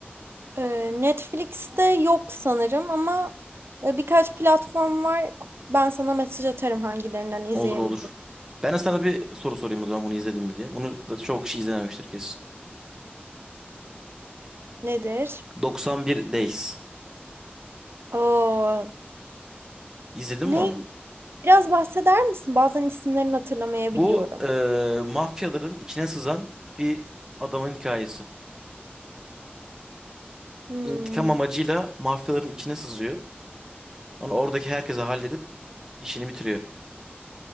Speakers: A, on the right; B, on the right.
A: Ee, Netflix'te yok sanırım ama e, birkaç platform var. Ben sana mesaj atarım hangilerinden izleyebilecek.
B: Olur olur. Ben de sana bir soru sorayım o zaman bunu izledim mi diye. Bunu da çok kişi izlememiştir kesin.
A: Nedir?
B: 91 Days.
A: Oo,
B: İzledin
A: ne?
B: mi onu?
A: Biraz bahseder misin? Bazen isimlerini hatırlamayabiliyorum.
B: Bu e, mafyaların içine sızan bir adamın hikayesi.
A: Hmm.
B: İntikam amacıyla mafyaların içine sızıyor. Onu oradaki herkese halledip işini bitiriyor.